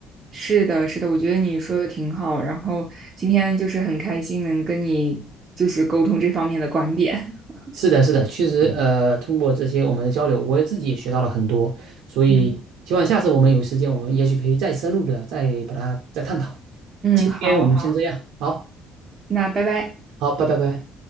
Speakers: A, on the right (about 25°); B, on the right (about 75°).
A: 是的，是的，我觉得你说的挺好。然后今天就是很开心能跟你就是沟通这方面的观点。<laughs>
B: 是的，是的，确实，呃，通过这些我们的交流，我也自己也学到了很多，所以希望下次我们有时间，
A: 嗯
B: 我们也许可以再深入的再把它再探讨。
A: 嗯，
B: 今天我们先这样，
A: 好好，
B: 好，
A: 那拜拜。
B: 好，拜拜拜。